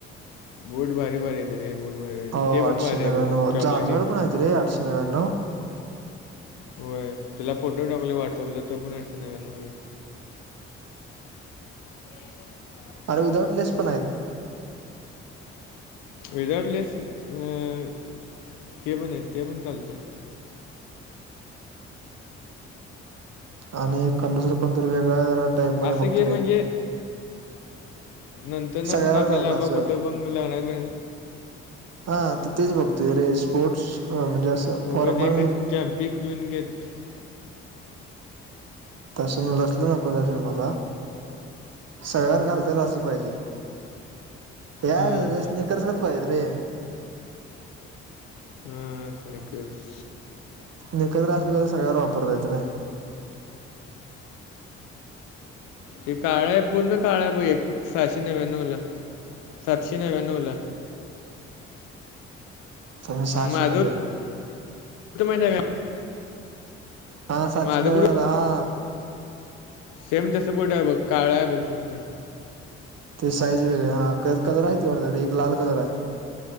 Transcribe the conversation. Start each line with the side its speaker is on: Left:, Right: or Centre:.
Left: बूट भारी भारी आहेत, ते बूट भारी
Right: हो
Left: ते
Right: आठशे
Left: पण भारी
Right: नव्याण्णव
Left: आहे बघ, चॉकलेटी
Right: जाड जाड पण आहेत रे आठशे नऊ
Left: होय, तुला फोटो टाकले व्हॉट्सअपल तो पण आठशे नव्व्यान्नव ला हाय. <unintelligible>
Right: अरे विदाऊट लेस पण आहेत.
Left: विदाउट लेस, अ ते पण आहे ते पण चालते.
Right: आणि एखाद जरा पण तर वेगळा जरा टाईपमध्ये
Left: असं
Right: बघतो
Left: घे
Right: रे
Left: म्हणजे, नंतर ना
Right: सगळ्यावर
Left: पण आपल्याला
Right: चाललं
Left: आबा
Right: असं
Left: कुठं पण लग्नात बिगणात
Right: हा तर तेच बघतोय रे, स्पोर्ट्स अ म्हणजे असं फॉर्मल
Left: उगाच एकच <unintelligible>
Right: तस तसलं नको <unintelligible> मला. सगळ्यात घालता येईल असं पाहिजे, यास
Left: हां
Right: स्निकर्सगत पाहिजेत रे.
Left: हा, स्निकर्स
Right: स्निकर्स जर असल्यावर सगळ्यावर वापरता येतं ना.
Left: ते काळं आहे पूर्ण काळं आहे ब एक, सहाशे नव्याण्णवला सातशे नव्याण्णवला.
Right: तर मी सहाशे
Left: माझं
Right: मध्ये आहे
Left: तु माहितीय का
Right: हा सातशे
Left: माझं
Right: नव्यानवला
Left: बुड
Right: हा.
Left: सेम तर बूट आहे बघ, काळा आहे बघ फक्त.
Right: त्याज साईज वेगळं आहे, हा कलर आहे तेवढा एक लाल कलर आहे.